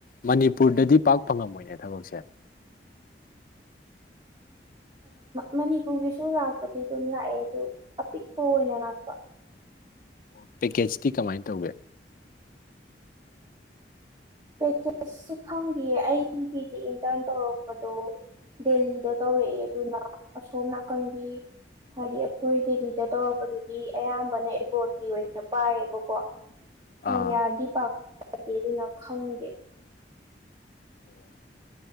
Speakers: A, on the left; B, on the right.
A: ꯃꯅꯤꯄꯨꯔꯗꯗꯤ ꯄꯥꯛ ꯐꯪꯉꯝꯃꯣꯏꯅꯦ ꯊꯕꯛꯁꯦ
B: ꯃꯅꯤꯄꯨꯔꯒꯤꯁꯨ ꯂꯥꯛꯄꯗꯤ ꯑꯗꯨꯝ ꯂꯥꯛꯑꯦ ꯑꯗꯨ ꯑꯄꯤꯛꯄ ꯑꯣꯏꯅ ꯂꯥꯛꯄ
A: ꯑꯣ ꯄꯦꯀꯦꯖꯇꯤ ꯀꯃꯥꯏꯅ ꯇꯧꯒꯦ
B: ꯄꯦꯀꯦꯁꯁꯦ ꯈꯪꯗꯌꯦ ꯑꯩꯒꯤꯗꯤ ꯏꯟꯇꯔꯟ ꯇꯧꯔꯛꯄꯗꯣ ꯗꯦꯜꯂꯤꯗ ꯇꯧꯔꯛꯑꯦ ꯑꯗꯨꯅ ꯑꯁꯣꯝ ꯅꯥꯀꯟꯒꯤ ꯍꯥꯏꯗꯤ ꯑꯩꯈꯣꯏ ꯗꯦꯜꯂꯤꯗ ꯇꯧꯔꯛꯄꯗꯨꯗꯤ ꯑꯌꯥꯝꯕꯅ ꯑꯦꯄꯣꯔꯠꯀꯤ ꯑꯣꯏꯅ ꯄꯥꯏꯌꯦꯕꯀꯣ
A: ꯑꯥ
B: ꯏꯟꯗꯤꯌꯥꯒꯤ ꯄꯥꯛꯒꯦ ꯑꯗꯨꯅ ꯈꯪꯗꯦ
A: ꯑꯣ